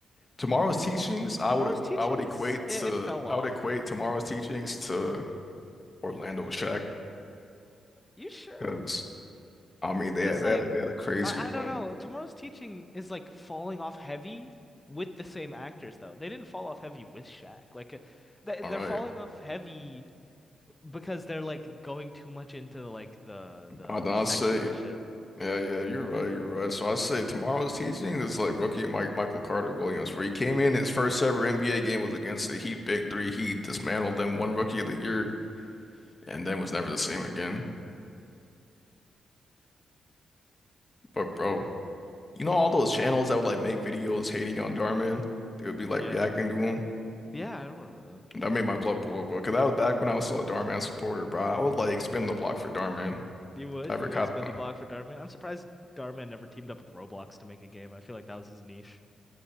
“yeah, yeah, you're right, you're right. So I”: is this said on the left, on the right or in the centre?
Left